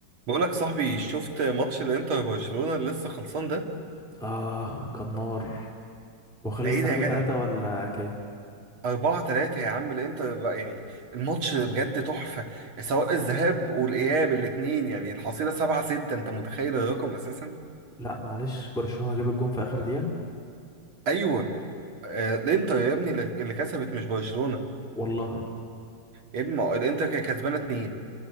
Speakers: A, on the right (about 85°); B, in the centre.
A: بقولك صاحبي شفت ماتش الانتر وبرشلونة اللي لسه خلصان ده
B: اه كان نار وخلص
A: ده ايه
B: 3
A: ده يا جدع
B: 3 ولا كام
A: 4 3 يا عم الانتر بقى يعني الماتش بجد تحفة سواء الذهاب والاياب الاتنين يعني الحصيلة 7 6 انت متخيل الرقم اساسا
B: لا معلش برشلونة جاب الجون في اخر دقيقة
A: ايوه آه الانتر يا ابني اللي اللي كسبت مش برشلونة
B: والله
A: يا ابني ما هو الانتر كانت كسبانة 2